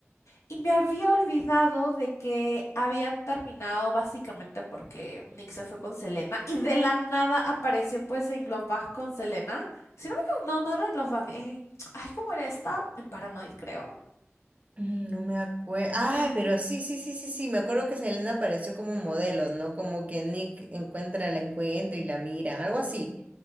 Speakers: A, on the left (about 75°); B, on the right (about 30°).
A: y me había olvidado de que habían terminado básicamente porque Nick se fue con Selena y de la nada apareció pues en Love Bug con Selena. Si no me equivoco, no, no era en Love Bug, en... Ay, ¿cómo era esta? En Paranoid, creo.
B: mm, no me acuerdo. Ay,
A: Ah,
B: pero sí, sí, sí, sí, sí, me acuerdo que Selena apareció como modelo, ¿no? Como que Nick encuentra, la encuentra y la miran, algo así.